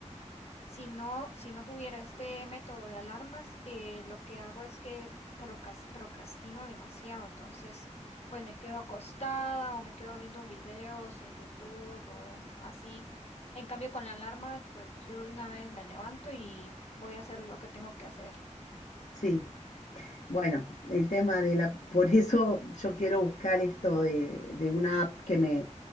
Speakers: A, on the left; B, on the left.
A: Si no, si no tuviera este método de alarmas, eh, lo que hago es que procas- procrastino demasiado. Entonces, pues me quedo acostada o me quedo viendo videos en YouTube o así. En cambio, con la alarma, pues yo de una vez me levanto y voy a hacer lo que tengo que hacer.
B: Sí, bueno, el tema de la, por eso yo quiero buscar esto de, de una app que me,